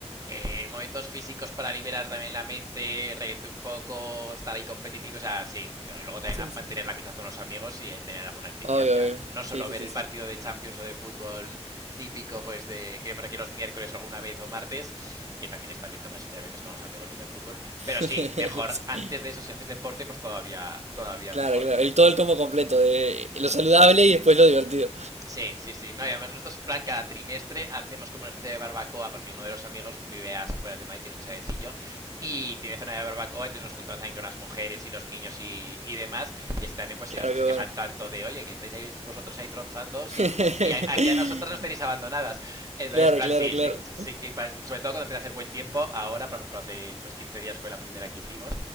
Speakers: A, on the right; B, on the right.
A: eh, momentos físicos para liberar también la mente, reírte un poco, estar ahí competitivo, o sea, sí. Y t- luego también
B: Sí,
A: la- mantener
B: sí, sí. sí.
A: la amistad con los amigos y eh, tener alguna actividad
B: Obvio,
A: ya.
B: obvio.
A: No solo
B: Sí, sí,
A: ver
B: sí,
A: el
B: sí.
A: partido de Champions o de fútbol típico, pues de que vemos aquí los miércoles alguna vez o martes, que también está bien tomarse cervezas con los amigos viendo el fútbol. Pero
B: <laughs>
A: sí, mejor
B: Sí.
A: antes de eso, si haces deporte, pues todavía, todavía
B: Claro,
A: mejor.
B: claro. El todo el combo completo de lo saludable y después lo divertido.
A: Sí, sí, sí. No, y además nosotros, plan, cada trimestre hacemos como una especie de barbacoa, porque uno de los amigos vive a las afueras de Madrid, tiene un chalecillo, y tiene zona de barbacoa, entonces nos juntamos también con las mujeres y los niños y, y demás, y así también pues
B: Claro,
A: ellas no
B: qué
A: se
B: bueno.
A: quejan tanto de, oye, que estáis ahí vosotros ahí tronzandos
B: <laughs>
A: y, y a- aquí a nosotras nos tenéis abandonadas. Entonces,
B: Claro,
A: plan,
B: claro,
A: sí,
B: claro.
A: sí, sí que, plan, sobre todo cuando empieza a hacer buen tiempo, ahora, por ejemplo, hace pues 15 días fue fue la primera que hicimos.